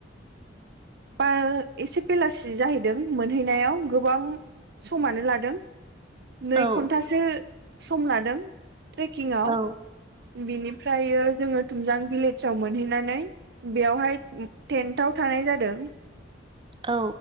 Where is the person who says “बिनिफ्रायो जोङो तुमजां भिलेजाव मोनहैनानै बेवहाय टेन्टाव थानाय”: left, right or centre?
Right